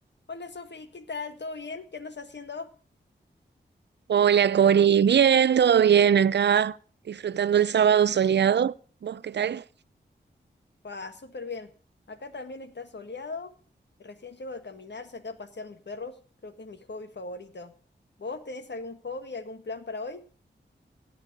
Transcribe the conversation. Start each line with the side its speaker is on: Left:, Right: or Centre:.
Left: Hola Sofi, ¿qué tal? ¿Todo bien? ¿Qué andas haciendo?
Right: Hola Cori, bien, todo bien acá, disfrutando el sábado soleado. ¿Vos qué tal?
Left: Pa, súper bien. Acá también está soleado. Recién llego de caminar, saqué a pasear mis perros. Creo que es mi hobby favorito. ¿Vos tenés algún hobby, algún plan para hoy?